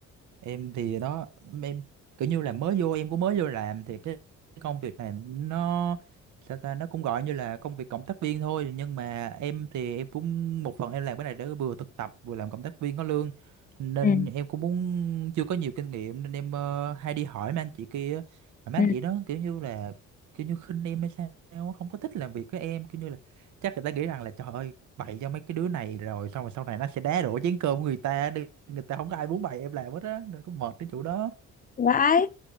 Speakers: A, on the right; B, on the left.
A: em thì đó em kiểu như là mới vô em cũng mới vô làm thì cái cái công việc này nó sao ta nó cũng gọi như là công việc cộng tác viên thôi nhưng mà em thì em cũng một phần em làm cái này để vừa thực tập vừa làm cộng tác viên có lương nên
B: ừ
A: em cũng muốn chưa có nhiều kinh nghiệm nên em ờ, hay đi hỏi mấy anh chị kia á. mà mấy
B: ừ
A: anh chị đó kiểu như là kiểu như khinh em hay sao á, không có thích làm việc với em kiểu như là chắc người ta nghĩ rằng là trời ơi bày cho mấy cái đứa này rồi xong rồi sau này nó sẽ đá đổ chén cơm của người ta đi người ta không có ai muốn bày em làm hết á nên cũng mệt cái chỗ đó
B: vãi